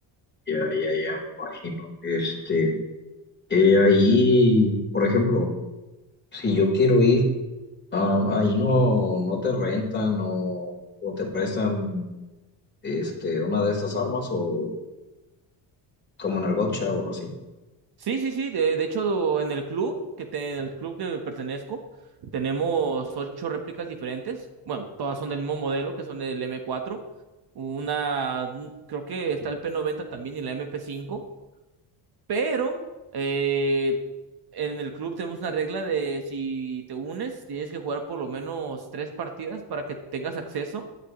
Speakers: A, on the left; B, on the right.
A: Ya, ya, ya, me imagino. Este, eh, ahí, por ejemplo. Si yo quiero ir, ah, ahí no, no te rentan o, o te prestan este, una de estas armas o como en el gotcha o así.
B: Sí, sí, sí. De, de hecho, en el club que te- en el club que pertenezco, tenemos ocho réplicas diferentes. Bueno, todas son del mismo modelo, que son el m cuatro. Una, creo que está el p noventa también y la mp cinco. Pero eh, en el club tenemos una regla de si te unes, tienes que jugar por lo menos tres partidas para que tengas acceso